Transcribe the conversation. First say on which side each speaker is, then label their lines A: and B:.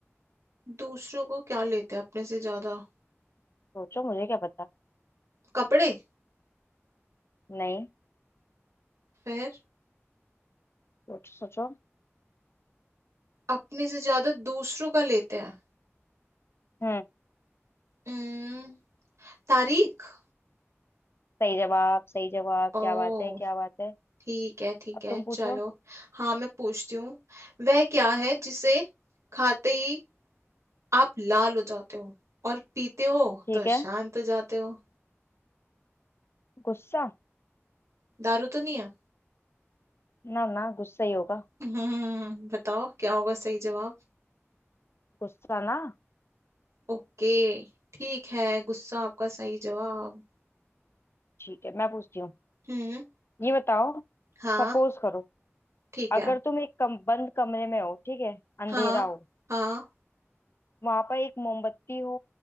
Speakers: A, on the right; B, on the left.
A: दूसरों को क्या लेते हैं अपने से ज्यादा
B: सोचो मुझे क्या पता
A: कपड़े
B: नहीं
A: फिर
B: सोचो सोचो
A: अपने से ज्यादा दूसरों का लेते हैं
B: हम्म
A: हम्म तारीख
B: सही जवाब सही जवाब
A: ओ
B: क्या बात है क्या बात है
A: ठीक है ठीक
B: अब
A: है
B: तुम पूछो
A: चलो हाँ मैं पूछती हूँ वह क्या है जिसे खाते ही आप लाल हो जाते हो और पीते हो
B: ठीक
A: तो
B: है
A: शांत हो जाते हो
B: गुस्सा
A: दारू तो नहीं है
B: ना ना गुस्सा ही होगा
A: हम्म बताओ क्या होगा सही जवाब
B: गुस्सा ना
A: ओके ठीक है गुस्सा आपका सही जवाब
B: ठीक है मैं पूछती हूँ
A: हम्म
B: ये बताओ
A: हाँ
B: सपोज करो
A: ठीक
B: अगर
A: है
B: तुम एक कम, बंद कमरे में हो ठीक है अंधेरा
A: हाँ
B: हो
A: हाँ
B: वहां पर एक मोमबत्ती हो